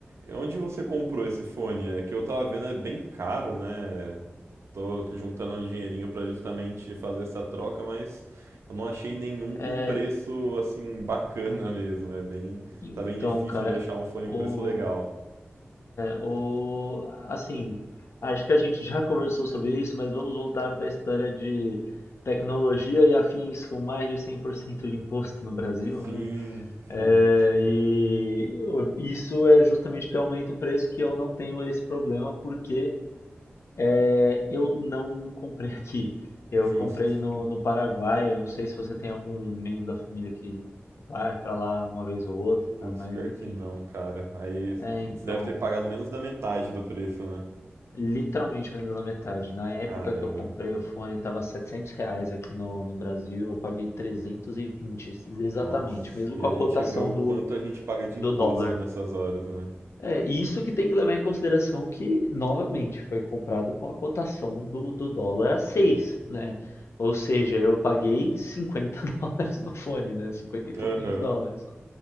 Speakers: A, on the right (about 80°); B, on the left (about 80°).
A: onde você comprou esse fone? É que eu tava vendo, é bem caro, né? Tô juntando um dinheirinho pra justamente fazer essa troca, mas eu não achei nenhum com
B: É,
A: preço assim bacana mesmo. É bem,
B: então,
A: tá bem difícil
B: cara,
A: de achar um fone
B: o,
A: com preço legal.
B: O, assim, acho que a gente já <laughs> conversou sobre isso, mas vamos voltar para a história de tecnologia e afins com mais de 100% de imposto no Brasil,
A: Sim,
B: né? É,
A: sim,
B: e o- isso é justamente o que aumenta o preço que eu não tenho esse problema porque é, eu não comprei aqui. Eu
A: justo.
B: comprei no, no Paraguai. Eu não sei se você tem algum membro da família que vai para lá uma vez ou outra,
A: Putz,
B: mas
A: pior
B: enfim.
A: que não, cara. Aí
B: É,
A: você
B: então.
A: deve ter pagado menos da metade do preço, né?
B: Literalmente menos da metade. Na época
A: Caramba.
B: que eu comprei o fone, estava 700 reais aqui no, no Brasil. Eu paguei 320, exatamente,
A: Nossa.
B: mesmo
A: E
B: com
A: a
B: a
A: gente
B: cotação
A: vê o
B: do,
A: quanto a gente paga de
B: do
A: imposto
B: dólar.
A: nessas horas, né?
B: É, e isso que tem que levar em consideração que, novamente, foi comprado com a cotação do, do dólar a 6, né? Ou seja, eu paguei 50 <laughs> dólares no fone, né? 50 e pouquinhos
A: Aham.
B: dólares.